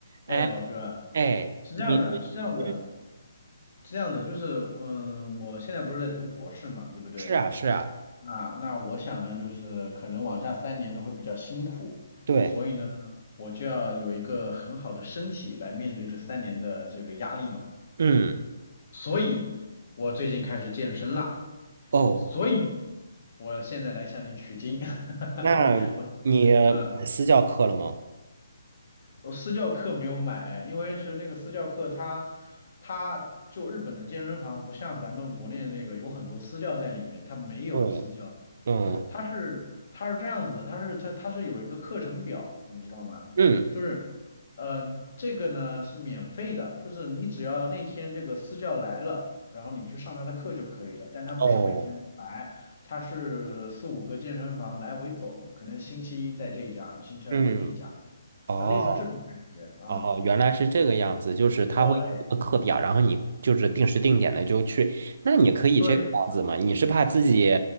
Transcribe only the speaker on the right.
哎
哎，
你最嗯，
是啊是啊，
对，
嗯
哦，
那你买私教课了吗？
对，嗯
嗯
哦
嗯哦
哦，原来是这个样子，就是他会有一个课表，
然后你就是定时定点的就去。那你可以这个样子吗？
你是怕自己